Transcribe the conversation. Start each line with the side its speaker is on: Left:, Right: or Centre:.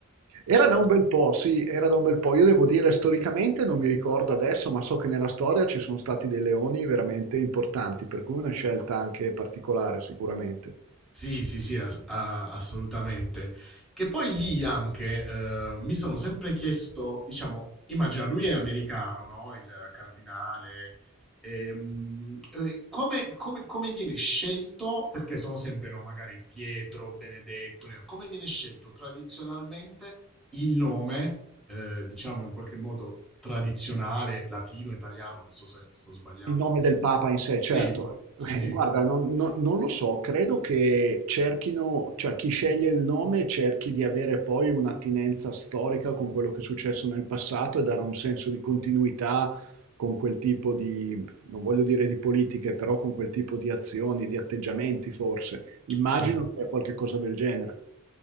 Centre: che
Right: Era
Centre: ci mancava
Right: da un bel po', sì, era da un bel po'. Io devo dire, storicamente non mi ricordo adesso, ma so che nella storia ci sono stati dei leoni veramente importanti, per cui una scelta anche particolare sicuramente.
Centre: Sì, sì, sì, ass- a- assolutamente. Che poi lì anche eh, mi sono sempre chiesto, diciamo, immagina lui è americano, no? Il cardinale. ehm, eh, come, come- come viene scelto? Perché sono sempre, no, magari Pietro, Benedetto, Leone, come viene scelto tradizionalmente il nome, eh, diciamo in qualche modo tradizionale, latino, italiano, non so se sto sbagliando,
Right: Il nome
Centre: dici
Right: del
Centre: tu.
Right: Papa in sé,
Centre: Sì,
Right: certo.
Centre: sì,
Right: Eh,
Centre: sì.
Right: Guarda, non, non- non lo so, credo che cerchino, cioè chi sceglie il nome cerchi di avere poi un'attinenza storica con quello che è successo nel passato e dare un senso di continuità con quel tipo di, non voglio dire di politiche, però con quel tipo di azioni, di atteggiamenti forse. Immagino
Centre: Sì,
Right: che sia qualche cosa del genere.